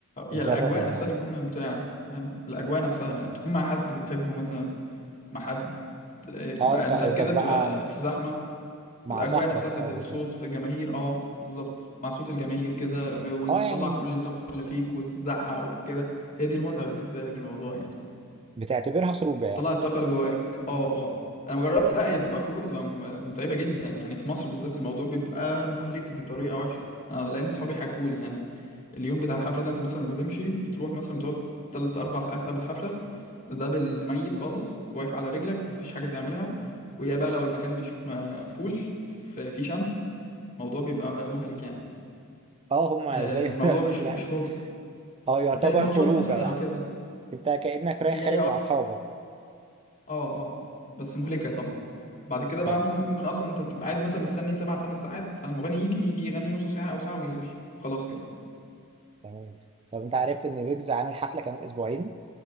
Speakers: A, on the right; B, on the left.
A: وجرب
B: هي الأجواء
A: الموضوع
B: نفسها اللي بتكون ممتعة فاهم الأجواء نفسها تكون مع حد بتحبه مثلا مع حد إيه، بتبقى
A: اه انت
B: أنت
A: قصدك
B: كده
A: بقى
B: بتبقى في زحمة
A: مع
B: الاجواء
A: صاحبك
B: نفسها بتاعت
A: اه
B: الصوت
A: هكذا
B: بتاعت الجماهير اه بالظبط مع صوت الجماهير كده العلو انت
A: اه
B: بتطلع
A: يعني
B: كل الطاقه اللي فيك وتزعق وكده هي دي المتعه بالنسبه لي في الموضوع يعني
A: بتعتبرها خروجه يعني
B: تطلع الطاقه اللي جواك اه اه انا ما جربت لا هي بتبقى خروجه بتبقى م- متعبه جدا يعني في مصر بالذات الموضوع بيبقى مهلك بطريقه وحشه انا لاني صحابي حكولي يعني اليوم بتاع الحفله ده انت مثلا بتمشي بتروح مثلا بتقعد تلت اربع ساعات قبل الحفله ده بالميت خالص واقف على رجلك مفيش حاجة تعملها ويا بقى لو المكان مش مقفول ف- في شمس الموضوع بيبقى مهلك يعني
A: اه هما
B: آه،
A: زي
B: الموضوع
A: ما- <laughs>
B: مش
A: يعني
B: مش ممتع
A: اه يعتبر
B: زي الماتشات
A: خروجه
B: مثلا
A: يعني
B: او كده
A: انت كأنك رايح
B: هي
A: خارج
B: هي اه
A: مع اصحابك
B: اه آه، بس مهلكة طبعا بعد كده بقى
A: طب
B: مم- ممكن اصلا انت بتبقى قاعد مثلا مستني سبع تمن ساعات المغني يجي يجي يغني نص ساعة او ساعة ويمشي وخلاص كده
A: تمام طب انت عارف ان ويجز عامل حفلة كمان اسبوعين